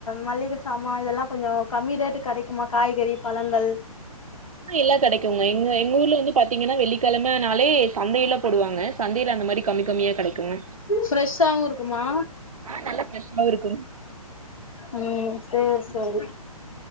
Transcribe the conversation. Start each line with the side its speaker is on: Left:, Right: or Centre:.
Left: மல்லிக சாமா இதெல்லா கொஞ்சோ கம்மி ரேட்டுக் கடைக்குமா காய்கறி பழங்கள்
Right: ஆ எல்லா கடைக்குங்க எங்க எங்க ஊர்ல வந்து பாத்தீங்கன்னா வெள்ளிக்கழமனாலே சந்தயெல்லா போடுவாங்க சந்தைல அந்தமாரி கம்மி கமியா கடைக்குங்க
Left: ஃரெஷ்ஷாவு இருக்குமா
Right: ஆ நல்லா ஃரெஷ்ஷாவு இருக்கு
Left: ம் சேரி சேரி